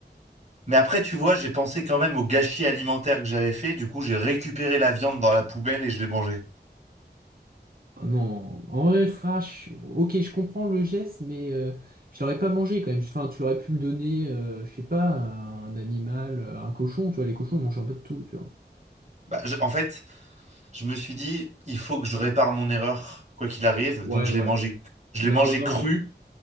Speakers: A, on the right (about 40°); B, on the right (about 55°).
A: Mais après, tu vois, j'ai pensé quand même au gâchis alimentaire que j'avais fait. Du coup, j'ai récupéré la viande dans la poubelle et je l'ai mangée.
B: Ah non, en vrai, Flash, ok, je comprends le geste, mais euh, je l'aurais pas mangé quand même. Enfin, tu l'aurais pu le donner, euh, je sais pas, à un animal, à un cochon, tu vois, les cochons mangent un peu de tout, tu vois.
A: Bah, je- en fait, je me suis dit, il faut que je répare mon erreur, quoi qu'il arrive. Donc,
B: Ouais,
A: je l'ai
B: ouais.
A: mangé, je
B: Non,
A: l'ai mangé
B: non,
A: cru
B: mais